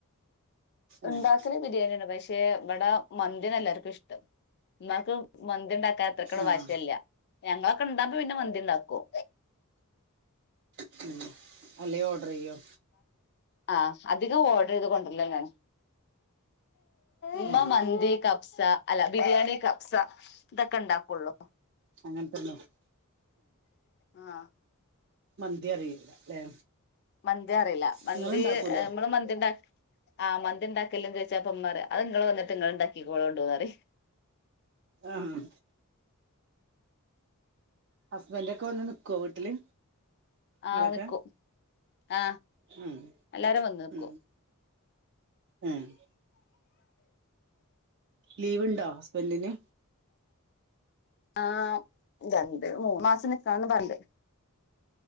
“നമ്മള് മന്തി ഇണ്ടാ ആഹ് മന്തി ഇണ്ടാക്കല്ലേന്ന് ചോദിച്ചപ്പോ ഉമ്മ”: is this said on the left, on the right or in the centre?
Left